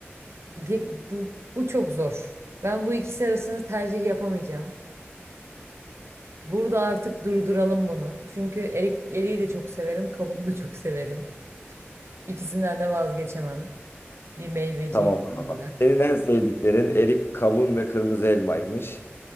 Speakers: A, on the right; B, on the left.
A: Ge- Bu, bu çok zor. Ben bu ikisi arasında tercih yapamayacağım. Burada artık durduralım bunu. Çünkü erik, eriği de çok severim, kabuğunu da çok severim. İkisinden de vazgeçemem. Bir meyveci
B: Tamam.
A: insan
B: anladım.
A: olarak.
B: Senin en sevdiklerin erik, kavun ve kırmızı elmaymış.